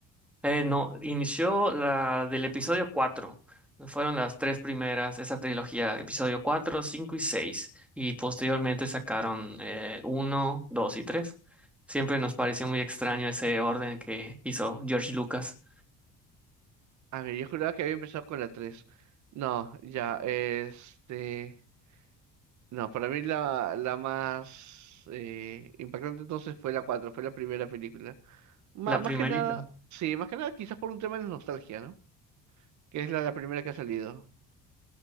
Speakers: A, in the centre; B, on the right (about 65°).
A: Eh, no, inició la del episodio 4. Fueron las tres primeras, esa trilogía, episodio 4, 5 y 6, Y posteriormente sacaron eh, 1, 2 y 3. Siempre nos pareció muy extraño ese orden que hizo George Lucas.
B: Ah, mira, yo juraba que había empezado con la 3. No, ya, este... No, para mí la, la más eh, impactante entonces fue la 4, fue la primera película. Ma-
A: La
B: más
A: primerita.
B: que nada, sí, más que nada quizás por un tema de nostalgia, ¿no? Que es la, la primera que ha salido.